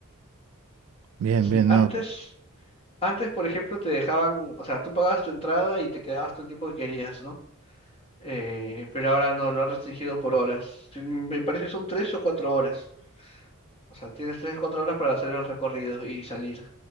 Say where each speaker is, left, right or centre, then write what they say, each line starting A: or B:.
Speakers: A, on the right; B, on the left.
A: Bien, bien,
B: Sí, antes,
A: no.
B: antes, por ejemplo, te dejaban, o sea, tú pagabas tu entrada y te quedabas todo el tiempo que querías, ¿no? Eh, pero ahora no, lo han restringido por horas. Sí, Me parece son tres o cuatro horas. O sea, tienes tres o cuatro horas para hacer el recorrido y salir.